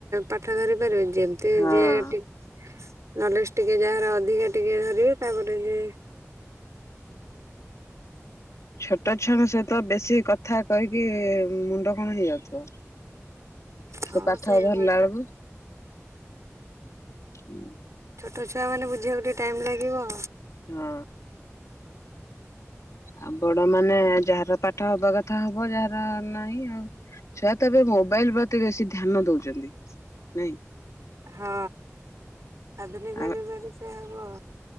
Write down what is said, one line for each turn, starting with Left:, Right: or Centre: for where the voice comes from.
Right: ପାଠ ଧରି ପାରିବେ। ଯେମତି
Left: ହଁ।
Right: ଯ ଟିକ ନଲେଜ ଟିକେ ଯାହାର ଅଧିକା ଟିକେ ଧରିବେ ତାପରେ ଯ
Left: ଛୋଟ ଛୁଆଙ୍କ ସହିତ ବେଶୀ କଥା କହିକି ମୁଣ୍ଡ କଣ ହେଇଯାଉଥିବ।
Right: ହଁ
Left: ସେ ପାଠ
Right: ସେଇଭଳିଆ
Left: ଧରିଲା ବେଳକୁ ହଁ।
Right: ତ ଛୁଆମାନେ ବୁଝିବାକୁ ଟିକେ ଟାଇମ୍ ଲାଗିବ।
Left: ହଁ ଆଉ ବଡ ମାନେ ଯାହାର ପାଠ ହବା କଥା ହବ ଯାହାର ନାହିଁ ଆଉ ଛୁଆ ତ ଏବେ ମୋବାଇଲ ପ୍ରତି ବେଶୀ ଧ୍ୟାନ ଦଉଛନ୍ତି ନାଇଁ
Right: ହଁ ଆଧୁନିକ
Left: ଆଉ
Right: ଯୁଗରେ ସେ ହୁ